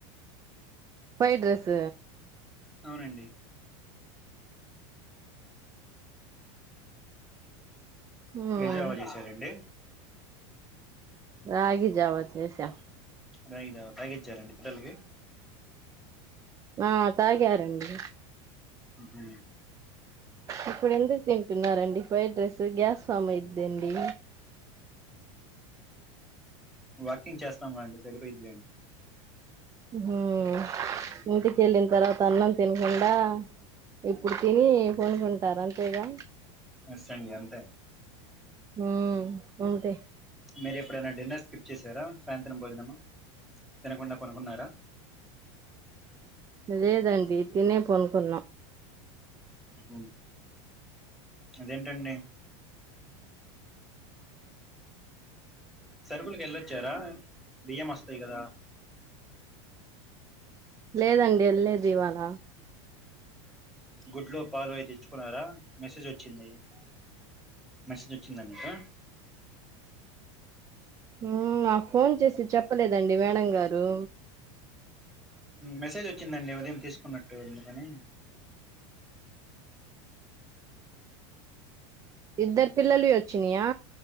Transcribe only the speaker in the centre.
అవునండి.
వీడియో ఎవల్ దీశారండి?
రాగి జవ తాగిచ్చారండి పిల్లకి?
ఉ హు
వాకింగ్ చేస్తాము గా అండి, సరిపోయిద్లేండి.
ఎస్ అండి అంతే.
మీరు ఎప్పుడైనా డిన్నర్ స్కిప్ చేసారా, సాయంత్రం భోజనము తినకుండా పొండుకున్నారా?
ఉ అదేంటండి? సరుకులకి వెళ్ళొచ్చారా? బియ్యం అస్తయి గదా
గుడ్లు, పాలు అయి తెచ్చుకున్నారా? మెసేజ్ వచ్చింది, మెసేజ్ వచ్చిందా మీకు?
మెసేజ్ వచ్చిందండి, ఉదయం తీసుకున్నట్టు అందుకని.